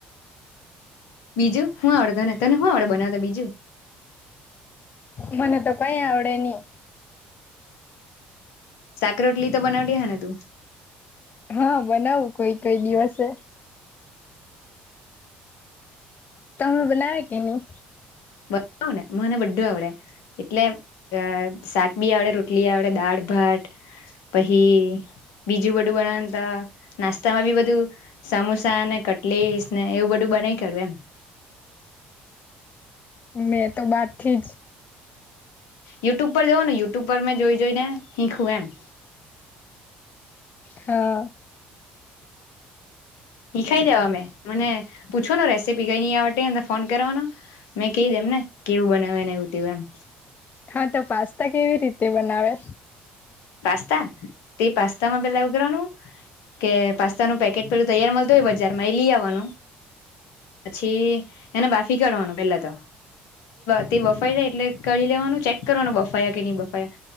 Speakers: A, on the left; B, on the left.
A: બીજું હું આવડતોને તને હું આવડ બનાવતા બીજું
B: મને તો કઈ આવડે નહી
A: સાક રોટલી તો બનાવતી હે ને તું
B: હા બનાવું કોઈ કઈ દિવસે તમે બનાવે કે ની
A: બનાઉ ન મને બડ્ધુ આવડે એટલે અ શાક બી આવડે રોટલી આવડે દાળ ભાટ પહી બીજું બધું બનાવા ત નાસ્તા માં બી બધું સમોસા ને કટલેસ ને એવું બધું બનાઈ કાઢુ એમ
B: મેં તો બાર થી જ
A: યુટ્યુબ પર જવો યુટ્યુબ પર મેં જોઈ જોઈને હીખું એમ
B: હા
A: શીખાઈ દેવા અમે મને પૂછોનો રેસીપી કઈ ની આવટી ફોન કરવાનો મેં કહી દેમને કેવું બનાને એવું તેવું એમ
B: હા તો પાસ્તા કેવી રીતે બનાવે.
A: પાસ્તા તે પાસ્તા માં પેલા ઉ કરવારવાનું. કે પાસ્તા નું પેકેટ પેલું તૈયાર મળતું હોય બજાર માં એ લઈ આવવાનું પછી એને બાફી કાઢવાનું પેલા તો તે બફાઈ જાય એટલે કળી લેવાનું ચેક કરવાનું બફાયા કે નહી બફાયા